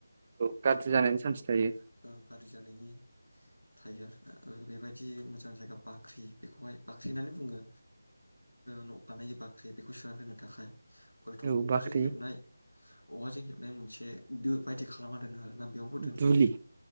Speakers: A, on the right (about 25°); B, on the left (about 80°).
A: औ गाज्रि जानायनि चान्स थायो
B: ओ गाज्रि जानायनि थायो आरो ना बेबायदि मोजां जायगा बाख्रि बेखौहाय बाख्रि होननानै बुङो न' बानायो बाख्रि बेखौ सोनानै दोननो थाखाय हयथ'
A: औ
B: औवाजों
A: बाख्रि
B: हेबनाय औवाजों हेबनाय मोनसे दो बायदि खालामना दोनो आरो आर ना बेयावबो दोननो
A: दुलि